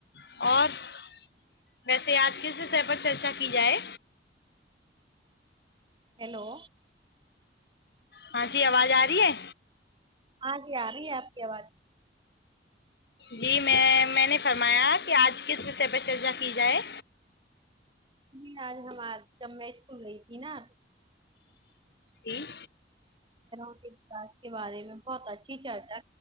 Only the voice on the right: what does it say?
ہیلو
ہاں جی آ رہی ہے آپ کی آواز
ج آج ہم آج جب میں اسکول رہی تھی نا
<inaudible> کے بارے میں بہت اچھی چرچا